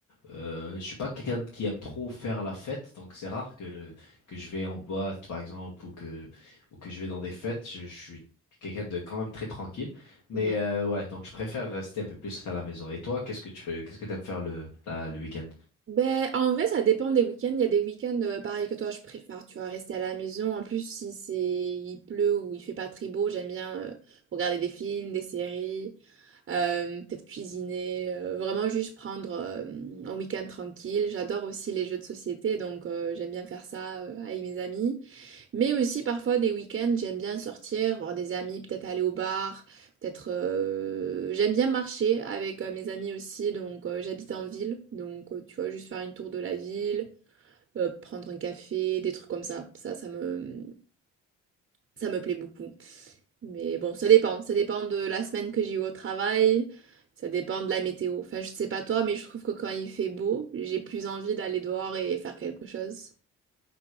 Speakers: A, on the left; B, on the right.
A: Euh, je suis pas quelqu'un qui aime trop faire la fête. Donc, c'est rare que que je vais en boîte, par exemple, ou que ou que je vais dans des fêtes. je je suis quelqu'un de quand même très tranquille. Mais
B: mhm.
A: euh, ouais, donc je préfère rester un peu plus à la maison. Et toi, qu'est-ce que tu fais, qu'est-ce que t'aimes faire le, la- le week-end?
B: Ben, en vrai, ça dépend des week-ends. Il y a des week-ends, euh, pareil que toi, je préfère, tu vois, rester à la maison. En plus, si c'est, il pleut ou il fait pas très beau, j'aime bien euh, regarder des films, des séries. Euh, peut-être cuisiner, euh, vraiment juste prendre euh, un week-end tranquille. J'adore aussi les jeux de société, donc euh, j'aime bien faire ça euh, avec mes amis. Mais aussi parfois des week-ends, j'aime bien sortir, voir des amis, peut-être aller au bar, peut-être... euh, J'aime bien marcher avec euh, mes amis aussi, donc euh, j'habite en ville, donc euh, tu vois, juste faire une tour de la ville, euh, prendre un café, des trucs comme ça. Ça, ça me... Ça me plaît beaucoup. Mais bon, ça dépend. Ça dépend de la semaine que j'ai eu au travail. Ça dépend de la météo. Enfin, je sais pas toi, mais je trouve que quand il fait beau, j'ai plus envie d'aller dehors et faire quelque chose.